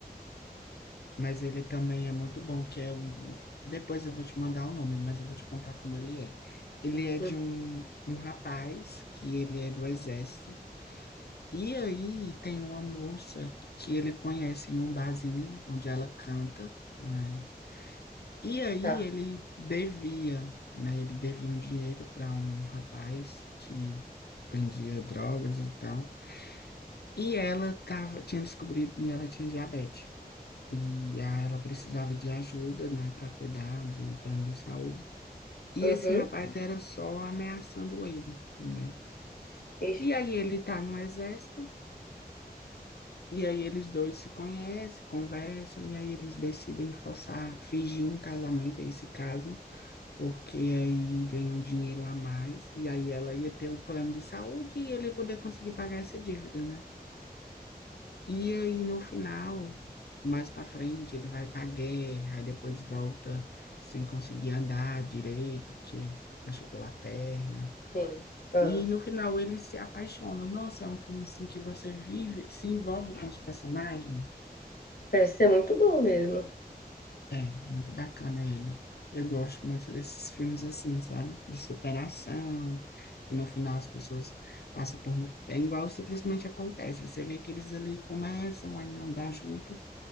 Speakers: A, on the left; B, on the left.
A: Mas ele também é muito bom, que é um... Depois eu vou te mandar o nome, mas eu vou te contar como ele é. Ele é de
B: hum,
A: um, um rapaz que ele é do exército. E aí tem uma moça que ele conhece em um barzinho onde ela canta, né? E aí
B: tá.
A: ele devia, né? Ele devia um dinheiro para um rapaz que vendia drogas e tal. E ela tava, tinha descobrido, e ela tinha diabetes. E ah, ela precisava de ajuda, né, para cuidar de um plano de saúde. E
B: Uhum.
A: esse rapaz era só ameaçando ele, né?
B: Ixi,
A: E aí ele tá no exército, e aí eles dois se conhecem, conversam, e aí eles decidem forçar, fingir um casamento, aí se casam, porque aí ganham dinheiro a mais, e aí ela ia ter o plano de saúde e ele ia poder conseguir pagar essa dívida, né? E aí, no final, mais pra frente, ele vai pra guerra, aí depois volta sem conseguir andar direito, porque machucou a perna.
B: sim. Ah,
A: E no final, ele se apaixona. Nossa, é um filme assim que você vive, se envolve com os personagens.
B: parece ser muito bom mesmo.
A: É, muito bacana ele. Eu gosto muito desses filmes assim, sabe? De superação, que no final as pessoas passam por muito. É igual simplesmente acontece. Você vê que eles ali começam, aí não dá junto.